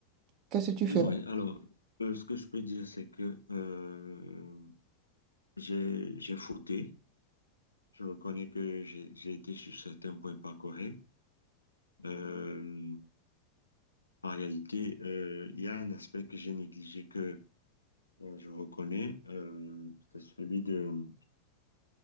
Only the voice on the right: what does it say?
qu'est-ce que tu
ferais?